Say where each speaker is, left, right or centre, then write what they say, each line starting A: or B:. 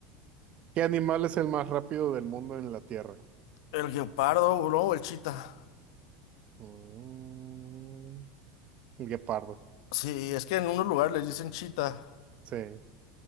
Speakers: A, on the right; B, on the left.
A: ¿qué animal es el más rápido del mundo en la Tierra?
B: El guepardo, ¿no? O el chita.
A: Mm, el guepardo.
B: Sí, es que en unos lugares les dicen chita.
A: Sí.